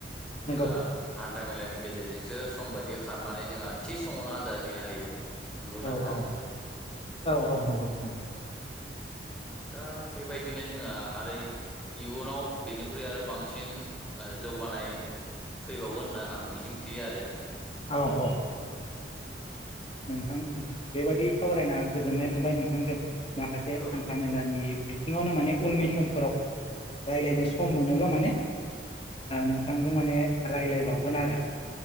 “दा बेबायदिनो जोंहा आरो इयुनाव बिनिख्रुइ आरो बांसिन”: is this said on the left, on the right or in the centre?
Centre